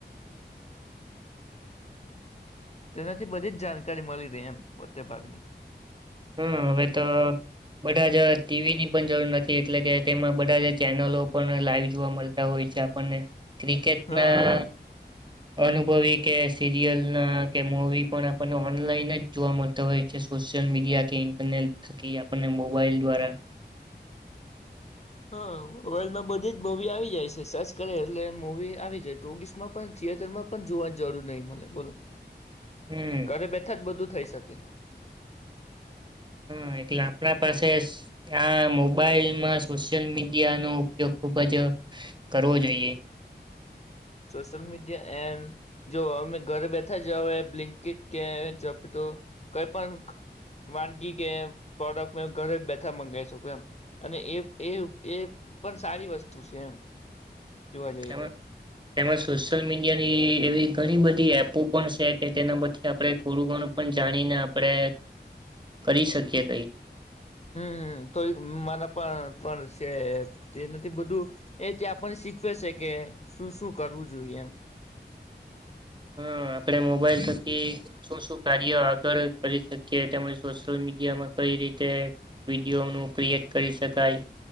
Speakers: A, on the left; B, on the right.
A: તેનાથી બધી જ જાણકારી મળી રહે, એમ મોટે ભાગની
B: હમ હવે તો બધા જ ટીવીની પણ જરૂર નથી એટલે કે તેમાં બધા જ ચેનલો પણ લાઈવ જોવા મળતા હોય છે, આપણને ક્રિકેટ
A: હા
B: ના
A: એમ
B: અનુભવી કે સિરિયલ ના કે મવી પણ આપણને ઓનલાઈન જ જોવા મળતો હોય છે, સોશિયલ મીડિયા કે ઇન્ટરનેટ થકી આપણને મોબાઈલ દ્વારા
A: હા વર્લ્ડમાં બધી જ મુવી આવી જાય છે સરર્ચ કરે એટલે મવી આવી જાય ટોગીસમાં પણ થિયેટરમાં પણ જોવાની જરૂર નહી મળે બોલો,
B: હમ
A: ઘરે બેઠા જ બધું થઈ શકે
B: હા એટલે આપણા પાસે આ મોબાઈલમાં સોશિયલ મીડિયાનો ઉપયોગ ખુબ જ કરવો જોઈએ.
A: સોશિયલ મીડિયા એ જો અમે ઘરે બેઠા જ બ્લિટ કે તો કઈ પણ વાનગી કે પ્રોડક્ટ ઘરે બેઠા મંગાવી શકું એમ અને એ એ પણ સારી વસ્તુ છે એમ જોવા જઈએ
B: તેમાં
A: તો.
B: તેમાં સોશિયલ મીડિયાની એવી ઘણી બધી એપો પણ છે કે તેના પથી આપણે થોડું ઘણું પણ જાણીને આપણે કરી શકીએ કઈ.
A: હમ હમ તો મારા પણ પણ છે તે નથી બધું એ ત આપણને શીખવે છે કે શું શું કરવું જોઈએ એમ?
B: હમ આપણે મોબાઈલ થકી શું શું કાર્ય આગળ કરી શકીએ તેમજ સોશિયલ મીડિયામાં કઈ રીતે વિડીયોનું ક્રિએટ કરી શકાય